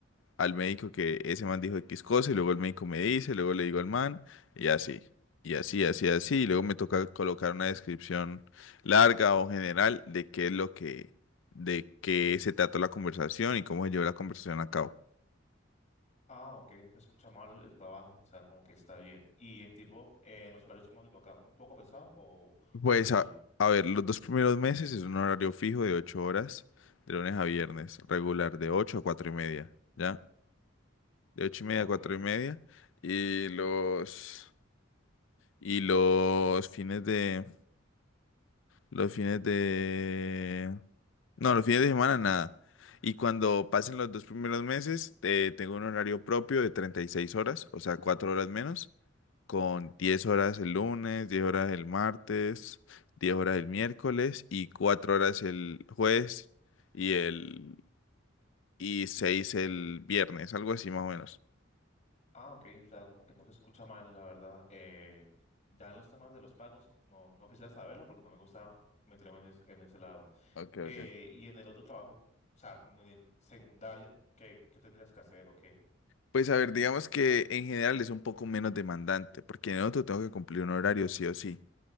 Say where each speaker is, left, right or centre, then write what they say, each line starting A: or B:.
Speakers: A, on the left; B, on the left.
A: al médico que ese man dijo X cosa y luego el médico me dice, luego le digo al man y así, y así, así, así, y luego me toca colocar una descripción larga o general de qué es lo que, de qué se trató la conversación y cómo se llevó la conversación a cabo.
B: Ah, ok, no se escucha mal el trabajo, o sea, como que está bien. Y en tipo, eh, en los horarios, ¿cómo te toca? ¿Un poco pesado o
A: Pues
B: accesible?
A: a, a ver, los dos primeros meses es un horario fijo de ocho horas, de lunes a viernes, regular, de ocho a cuatro y media, ¿ya? De ocho y media
B: Ok.
A: a cuatro y media. Y los, y los fines de, Los fines de... No, los fines de semana nada. Y cuando pasen los dos primeros meses, eh, tengo un horario propio de 36 horas, o sea, 4 horas menos, con 10 horas el lunes, 10 horas el martes, 10 horas el miércoles y 4 horas el jueves y el... y 6 el viernes, algo así más o menos.
B: Ah, ok, o sea, como que no se escucha mal, la verdad. Eh, ya en los temas de los pagos, no, no quisiera saberlo porque no me gusta meterme en, es- en ese lado.
A: okay
B: Eh,
A: okay
B: y en el otro trabajo, o sea, como en el secundario, ¿qué, qué tendrías que hacer o qué?
A: Pues a ver, digamos que en general es un poco menos demandante, porque en otro tengo que cumplir un horario sí o sí.